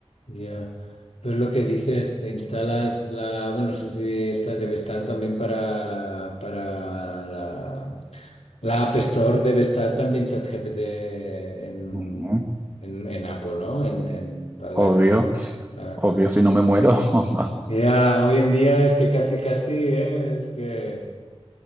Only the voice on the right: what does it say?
Ujú.
Obvio,
sí.
Obvio si no me muero. <laughs>